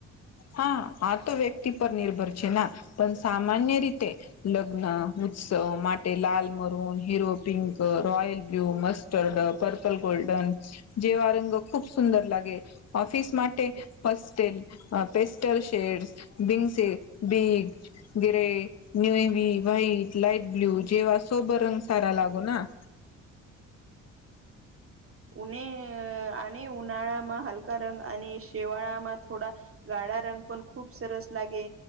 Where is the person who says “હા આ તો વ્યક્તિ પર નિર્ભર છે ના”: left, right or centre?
Left